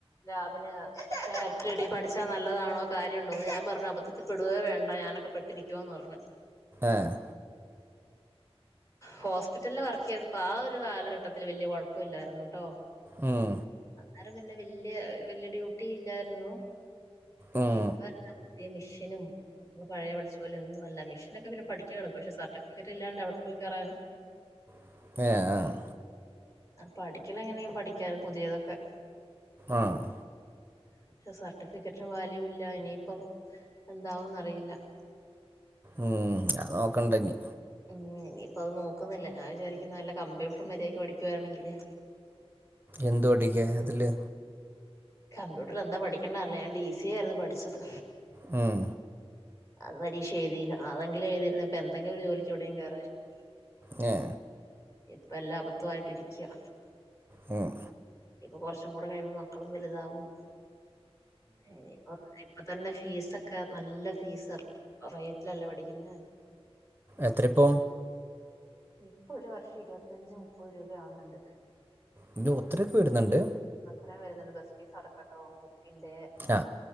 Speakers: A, on the left; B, on the right.
A: ഞാൻ പിന്ന നേരട്ടടി പഠിച്ചാ നല്ലതാണോ കാര്യംണ്ടോന്ന് ഞാൻ പറഞ്ഞു അബദ്ധത്തിൽപ്പെടുകയേ വേണ്ട ഞാനൊക്കെ പെട്ടിരിക്കുവാന്ന് പറഞ്ഞു
B: ആഹ്
A: ഹോസ്പിറ്റലില് വർക്ക് ചെയ്തപ്പോ ആ ഒരു കാലഘട്ടത്തിൽ വലിയ ഒരു കുഴപ്പമില്ലായിരുന്നുട്ടോ
B: ഉം
A: ആരും പിന്നെ വല്ല്യ വല്ല്യ ഡ്യൂട്ടി ഇല്ലായിരുന്നു
B: ഉം,
A: ഇപ്പം <unintelligible> പുതിയ മെഷീനും നമ്മൾ പഴയ പഠിച്ച പോലെ ഒന്നുംമല്ല മെഷീനൊക്കെ പിന്നെ പഠിക്കാൻ എളുപ്പ പക്ഷെ സർ സർട്ടിഫിക്കറ്റ് ഇല്ലാണ്ട് എവിടെ പോയി കേറാനാ
B: <unintelligible> ആഹ്
A: ആ പഠിക്കല് എങ്ങനെയും പഠിക്കാം പുതിയതൊക്കെ
B: ആഹ്
A: <unintelligible> സർട്ടിഫിക്കറ്റിന് വാല്യൂ ഇല്ല ഇനിയിപ്പം എന്താവോന്നറിയില്ല
B: ഉം അത് നോക്കണ്ട ഇന്നി
A: ഉം ഇനിയിപ്പ അത് നോക്കുന്നില്ല ഞാൻ വിചാരിക്കുന്ന വല്ല കമ്പ്യൂട്ടറും മര്യാക്ക് പഠിക്കുയാണെങ്കില്
B: എന്തു പഠിക്കാൻ അതില്
A: കമ്പ്യൂട്ടർ എന്താ പഠിക്കണ്ടാലേ ഞാൻ ഡി സി എ ആയിരുന്നു പഠിച്ചത്
B: ഉം
A: അത് പരീക്ഷ എഴുതിയില്ല അതെങ്കിലും എഴുതിയിരുന്നെ പ്പെ എന്തെങ്കിലും ഒരു ജോലിക്ക് എവിടെയെങ്കിലും കേറായിരുന്നു
B: ഞേ
A: ഇപ്പ എല്ലാം അബദ്ധായിട്ട് ഇരിക്യാ
B: ഉം
A: കൊറച്ചും കൂടി കഴിയുമ്പോ മക്കളൊക് വലുതാകും ഇനിയിപ്പ ഇപ്പൊ തന്നെ ഫീസൊക്കെ നല്ല ഫീസ റേറ്റിലല്ലേ പഠിക്കുന്നെ
B: എത്രയിപ്പോ
A: ഇപ്പൊ ഒരു വർഷം ഇരുപത്തഞ്ച് മുപ്പത് രൂപയാവുന്നുണ്ട്
B: ഇന്ന് ഒത്തിരിയൊക്കെ വരുന്നുണ്ട്
A: ഇത്രേം വരുന്നുണ്ട് ബസ്സ് ഫീസ് അടക്കട്ടോ ബുക്കിന്റെ
B: ആ